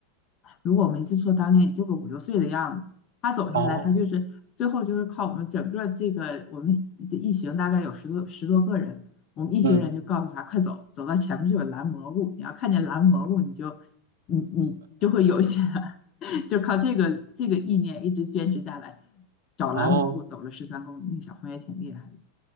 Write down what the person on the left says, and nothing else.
如果我没记错，当年也就个五六岁的样子。他走下来，
他就是最后就是靠我们整个这个我们这一行大概有十多十多个人，我们一行人就告诉他快走，
走到前面就有蓝蘑菇，你要看见蓝蘑菇，你就你你就会有一些 <laughs> 就靠这个这个意念一直坚持下来，找蓝蘑菇走了十三公里，
那小朋友也挺厉害的。